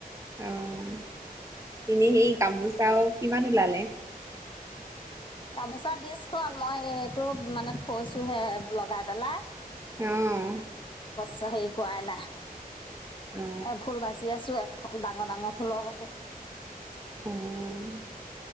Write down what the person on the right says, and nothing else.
অ' এনেই সেই গামোচাও কিমান ওলালে?
হুম
অ
অ'